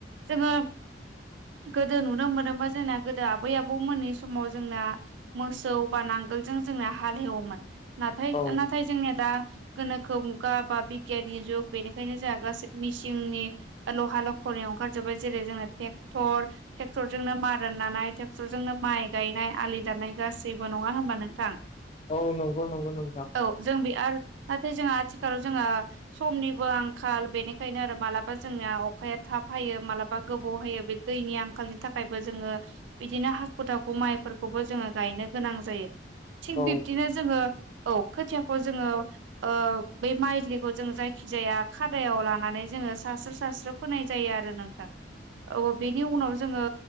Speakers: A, on the right; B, on the left.
A: जोङो गोदो नुनो मोनोमो जोंना गोदो आबै आबौमोननि समाव जोंना मोसौ बा नां नांगोलजों जोंनिया हाल हेवोमोन नाथाय
B: औ
A: नाथाय जोंनिया दा गोनोखो मुगा बा बिगियाननि जुग बेनिखायनो जोंहा गासै मिसिंनि लहा लख' ओंखार जोबबाय जेरै जोंना टेक्टर टेक्टर जोंनो मारा नानाय टेक्टर जोंनो माइ गायनाय आलि दाननाय गासिबो नङा होमबा नोंथां?
B: औ नंगौ नंगौ नोंथां।
A: औ जों बे आरो नाथाय जों आथिखालाव जोङा समनिबो आं खाल बेनिखायनो आरो मालाबा जोंनिया अखाया थाब हायो मालाबा गोबाव हायो बे दैनि आंखालनि थाखाय थाखायबो जोङो बिदिनो हाखु दाखु माइफोरखौबो जोङो गायनो गोनां जायो। थिग
B: औ
A: बिब्दिनो जोङो औ खोथियाखौ जोङो ओ बे माइलिखौ जों जायखि जाया खादायाव लानानै जोङो सास्रो सास्रो फोनाय जायो आरो नोंथां औ बेनि उनाव जोङो